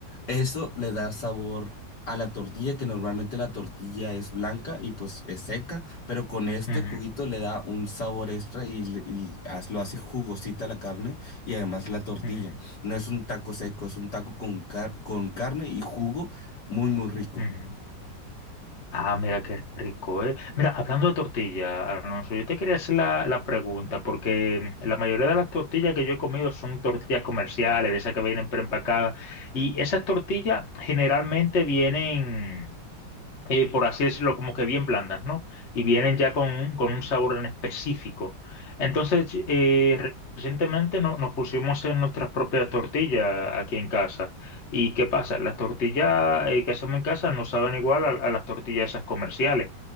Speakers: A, on the left (about 65°); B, on the left (about 40°).
A: eso le da sabor a la tortilla, que normalmente la tortilla es blanca y pues es seca, pero con este
B: Ujú,
A: juguito le da un sabor extra y, le- y haz- lo hace jugosita la carne y además la tortilla.
B: ujú,
A: No es un taco seco, es un taco con, car- con carne y jugo muy muy rico.
B: ujú. Ah, mira qué rico, ¿eh? Mira, hablando de tortilla, Alonso, yo te quería hacer la, la pregunta, porque la mayoría de las tortillas que yo he comido son tortillas comerciales, de esas que vienen preempacadas, y esas tortillas generalmente vienen eh, por así decirlo, como que bien blandas, ¿no? Y vienen ya con, con un sabor en específico. Entonces, ch- eh, re- recientemente no- nos pusimos a hacer nuestras propias tortillas aquí en casa. ¿Y qué pasa? Las tortillas eh, que hacemos en casa no saben igual a, a las tortillas esas comerciales.